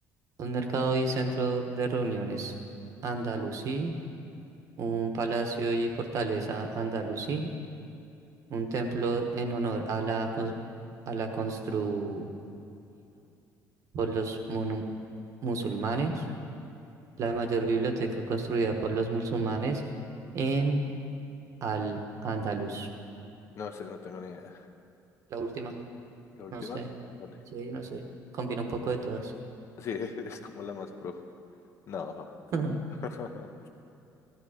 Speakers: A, on the right (about 50°); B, on the left (about 45°).
A: Un mercado y centro de reuniones andalusí, un palacio y fortaleza andalusí, un templo en honor a la, cons- a la construido por los monu- musulmanes, la mayor biblioteca construida por los musulmanes en Al-Andalus.
B: No sé, no tengo ni idea.
A: La última,
B: ¿La última?
A: no sé,
B: Ah, vale.
A: sí, no sé, combina un poco de todas.
B: Sí, <laughs> es como la más pro. No.
A: <laughs>
B: <laughs>